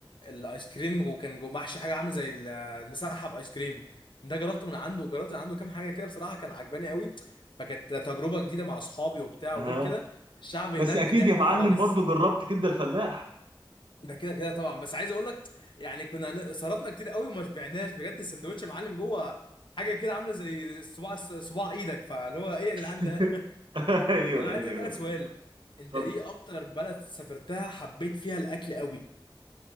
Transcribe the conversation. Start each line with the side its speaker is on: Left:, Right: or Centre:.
Left: الايس كريم وكان جوه محشي حاجه عامله زي ال- المسحب ايس كريم ده جربته من عنده وجربت من عنده كام حاجه كده بصراحه كان عجباني قوي فكانت تجربه جديده مع اصحابي وبتاع
Right: ها
Left: وغير كده الشعب هناك
Right: بس اكيد
Left: ضحك
Right: يا معلم
Left: خالص
Right: برضو جربت كبده الفلاح
Left: ده كده كده طبعا بس عايز اقول لك يعني كنا هن- صرفنا كتير قوي وما شبعناش بجد السندوتش يا معلم جوه حاجه كده عامله زي صباع صباع ايدك فاللي هو ايه يا جدعان
Right: <laughs>
Left: ده <laughs>
Right: ايوه
Left: طب انا
Right: ايوه
Left: عايز اسالك سؤال
Right: ايوه
Left: انت
Right: اتفضل
Left: ايه اكتر بلد سافرتها حبيت فيها الاكل قوي